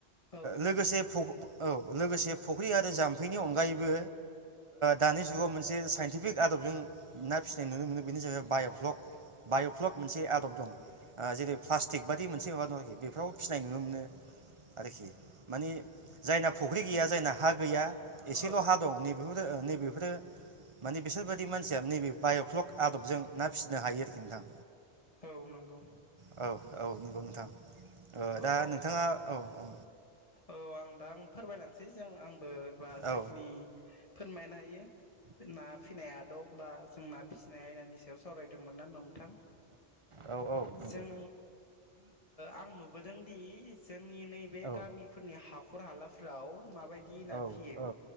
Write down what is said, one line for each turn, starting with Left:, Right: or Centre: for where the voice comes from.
Left: औ जायो
Right: लोगोसे औ लोगोसे फुख्रि आरो जाम्फैनि अनगायैबो दानि जुगाव मोनसे साइ फिक आदबजों ना फिसिनाय नुनो मोनो बेनो जाहैबाय बाय'फ्लक बायफ्लक मोनसे आदब दं जेरै प्लास बायदि मोनसे माबा दं आरोखि बेफोराव फिसिनाय नुनो मोनो आरोखि मानिे जायना फुख्रि गैया जायना हा गैया
Left: औ
Right: एसेल'
Left: औ
Right: हा दं नैबेफोर नैबेफोरो मे बिसोरबाददि मानसिया नैबे बाय'फ्लक आदबजों ना फिसिनो हायो आरोखि नोंथां।
Left: औ नंगौ।
Right: औ औ नंगौ नोंथां दा
Left: औ
Right: नोंथाङा औ औ।
Left: औ आं दा आं फोरमायलांनोसै जों आं बा जाखिनि
Right: औ
Left: फोरमायनो हायो ना फिनाय आदब बा जों ना फिसिनाय आयदानि सायाव सावरायदोंमोन ना नोंथां
Right: औ नंगौ
Left: जों आं नुबोदोंदि जोंनि नैबे
Right: औ
Left: गामिफोरनि हा नखर हालाफ्राव माबाय बिदि
Right: औ
Left: ना
Right: औ
Left: फिसियो
Right: औ